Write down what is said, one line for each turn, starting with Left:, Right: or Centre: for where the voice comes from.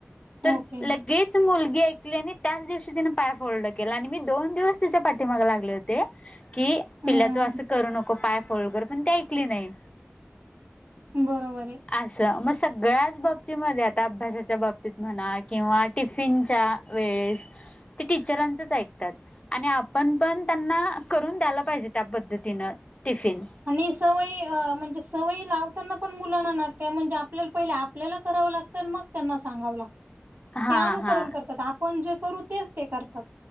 Left: तर
Right: ओके
Left: लग गेच मुलगी ऐकली आणि त्याच दिवशी तिने पाया फोल्ड केला आणि मी दोन दिवस तिच्या पाठीमागे लागले ते की
Right: हम्म
Left: पिल्या तू असं करू नको पाय फोल्ड कर पण ती ऐकली नाही.
Right: बरोबर आहे.
Left: असं मग सगळ्याच बाबतीमध्ये आता अभ्यासाच्या बाबतीत म्हणा किंवा टिफिनच्या वेळेस ते टीचरांचच ऐकतात. आणि आपण पण त्यांना करून द्यायला पाहिजे त्या पद्धतीन टिफिन.
Right: आणि सवय अ म्हणजे सवय लावताना पण मुलांना ना त्या म्हणजे आपल्याला पहिले आपल्याला करावं लाग त न मग त्यांना सांगावं लागतं,
Left: हा
Right: ते अनुकरण
Left: हा
Right: करतात आपण जे करू तेच ते करतात.